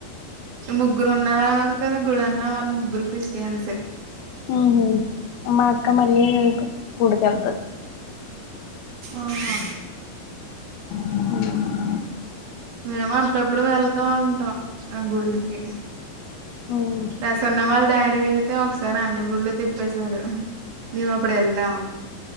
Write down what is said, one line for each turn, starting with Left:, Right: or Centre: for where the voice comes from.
Right: ముగ్గురు ఉన్నరు అన్నాను కదా వాళ్ళు ముగ్గురు క్రిస్టియన్సే
Left: ఉహు మా అక్క మళ్ళీ గుడుకెళ్తది
Right: ఓహా
Left: అవు
Right: మేము అప్పుడప్పుడు వెళ్తా ఉంటాం ఆ గుళ్ళకి
Left: మ్మ్
Right: ప్రసన్న వాళ్ళ డాడీ అయితే ఒకసారి అన్ని గుళ్లు తిప్పేసాడు నీవు అప్పుడు ఎల్లామ్